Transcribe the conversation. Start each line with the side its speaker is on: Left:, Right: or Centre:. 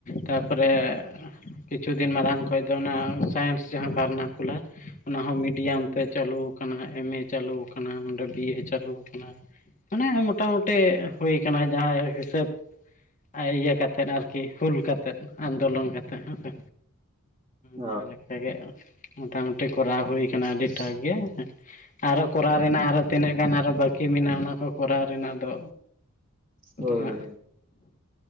Left: ᱛᱟᱯᱚᱨᱮ ᱠᱤᱪᱷᱩ ᱫᱤᱱ ᱢᱟᱲᱟᱝ ᱠᱷᱚᱡ ᱫᱚ ᱚᱱᱟ ᱥᱟᱭᱮᱱᱥ ᱡᱟᱦᱟᱸ ᱵᱟᱨᱱᱟ ᱠᱩᱞᱟᱨ᱾ ᱚᱱᱟᱦᱚᱸ ᱢᱤᱰᱤᱭᱟᱢ
Right: ᱦᱩᱸ
Left: ᱛᱮ ᱪᱟᱹᱞᱩ ᱠᱟᱱᱟ ᱮᱢ ᱮ ᱪᱟᱹᱞᱩ ᱟᱠᱟᱱᱟ ᱱᱚᱰᱮ ᱵᱤ ᱮ ᱪᱟᱹᱞᱩ ᱟᱠᱟᱱᱟ᱾ ᱢᱟᱱᱮ ᱢᱚᱴᱟ-ᱢᱩᱴᱤ ᱦᱩᱭ ᱠᱟᱱᱟ ᱡᱟᱦᱟᱸ ᱦᱤᱥᱟᱹᱵᱽ ᱟᱭ ᱤᱭᱟᱹ ᱠᱟᱛᱮᱫ ᱟᱨᱠᱤ ᱦᱩᱞ ᱠᱟᱛᱮᱫ ᱟᱱᱫᱳᱞᱚᱱ ᱠᱟᱛᱮ ᱦᱮᱸᱥᱮ
Right: ᱦᱩᱸ
Left: ᱡᱟᱦᱟᱸ ᱞᱮᱠᱟ ᱜᱮ ᱢᱚᱴᱟᱢᱩ ᱛᱮ ᱠᱚᱨᱟᱣ ᱦᱩᱭᱩ
Right: ᱚ ᱵᱮᱥ
Left: ᱠᱟᱱᱟ ᱟᱹᱰᱤ
Right: ᱵᱮᱥ
Left: ᱴᱟ ᱜᱮ᱾ ᱟᱨᱦᱚ ᱠᱚᱨᱟᱣ ᱨᱮᱱᱟᱜ ᱟᱨᱦᱚ ᱛᱤᱱᱟᱹᱜ ᱜᱟᱱ ᱟᱨᱚ ᱵᱟᱹᱠᱤ ᱢᱮᱱᱟᱜᱼᱟ ᱚᱱᱟ ᱠᱚ ᱠᱚᱨᱟᱣ ᱨᱮᱱᱟᱜ ᱫᱚ᱾
Right: ᱦᱳᱭ
Left: ᱦᱟᱸᱜ
Right: ᱦᱮᱸ᱾